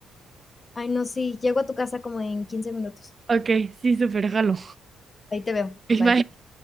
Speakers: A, on the left (about 30°); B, on the right (about 35°).
A: Ay, no, sí, llego a tu casa como en 15 minutos.
B: Ok, sí, súper, jalo.
A: Ahí te veo.
B: <laughs>
A: Bye.
B: Bye.